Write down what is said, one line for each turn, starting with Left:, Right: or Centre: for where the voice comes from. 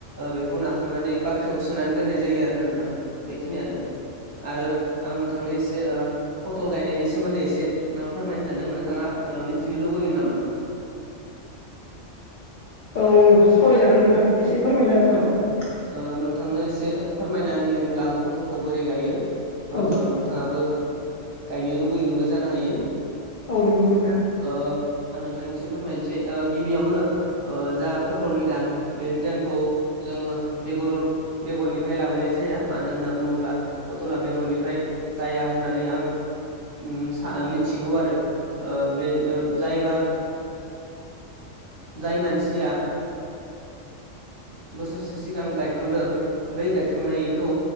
Right: बेखौ नाखांनानै बाख्रियाव सोनानै दोननाय जायो आरो ना नोंथां बेखिनियानो आरो आं नोंथांनो एसे फथल गायनायनि सोमोनदै फोरमायनो सानदों नोंथाङा मिथिनो लुबैगोन नामा
Left: औ सावरायजागोन नोंथां एसे फोरमायना होनोनागोन
Right: औ ओ नोंथांनो एसे फोरमायना होनि होनब्ला आङो फथलखौ बोरै गायो हयथ'
Left: औ
Right: नोंथाङाबो गायनो लुुबैगोनबो जानो हायो
Left: औ नंगौ नोंथां
Right: ओ आं नोंथांनिसिम फोरमायनोसै गिबियावनो जा फटल बिधान बे बिधानखौ जोङो बेगर बेगरनिफ्राय लाबोनाय जाया मानो होनना बुङोब्ला फथला बेगरनिफ्राय जाया होननानै आं ओ मिथिगौ आरो बे जायबा जाय मानसिया बोसोरसे सिगां गायखांदों बै गायखांनायखौ